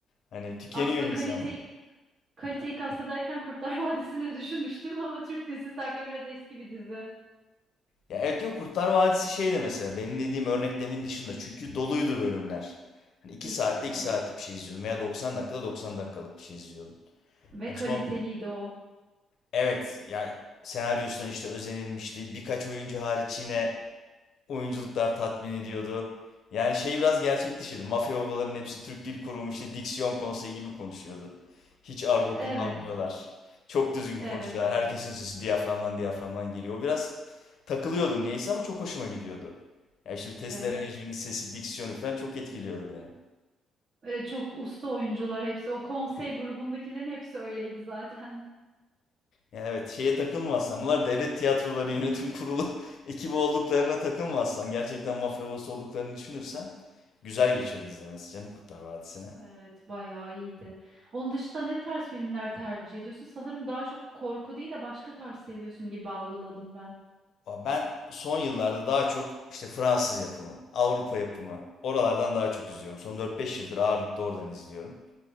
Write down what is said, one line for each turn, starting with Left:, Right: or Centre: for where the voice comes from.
Left: Hani tükeniyor
Right: Aslında
Left: insan.
Right: kaliteyi Kaliteyi kastederken Kurtlar <laughs> Vadisi'ni düşünmüştüm ama Türk dizisi derken biraz eski bir dizi.
Left: Ya evet yok Kurtlar Vadisi şey de mesela benim dediğim örneklemin dışında çünkü doluydu bölümler. Hani iki
Right: İşte
Left: saatte
Right: evet.
Left: 2 saatlik bir şey izliyordum veya 90 dakikada 90 dakikalık bir şey izliyordum.
Right: Ve
Left: Hani
Right: kaliteliydi
Left: son
Right: o.
Left: evet ya senaryosuna işte özenilmişti. Birkaç oyuncu hariç yine oyunculuklar tatmin ediyordu. Yani şey biraz gerçek dışıydı. Mafya babalarının hepsi Türk Dil Kurumu işte diksiyon konseyi gibi konuşuyordu. Hiç argo
Right: Evet.
Left: kullanmıyorlar. Çok düzgün
Right: Evet
Left: konuşuyorlar.
Right: evet.
Left: Herkesin sesi diyaframdan diyaframdan geliyor. O biraz takılıyordum neyse ama çok hoşuma gidiyordu. Ya işte bir testere
Right: Evet.
Left: Necmi'nin sesi, diksiyonu falan çok etkiliyordu beni.
Right: E, çok usta oyuncular hepsi. O konsey grubundakilerin hepsi öyleydi zaten. <laughs>
Left: Ya evet şeye takılmazsan bunlar devlet tiyatroları yönetim kurulu <laughs> ekibi olduklarına takılmazsan gerçekten mafya babası olduklarını düşünürsen güzel geçiyordu izlemesi canım Kurtlar Vadisi'ne.
Right: Evet, bayağı iyiydi. Onun dışında ne tarz filmler tercih ediyorsun? Sanırım daha çok korku değil de başka tarz seviyorsun gibi algıladım ben.
Left: Ben son yıllarda daha çok işte Fransız yapımı, Avrupa yapımı oralardan daha çok izliyorum. Son dört beş yıldır ağırlıklı oradan izliyorum.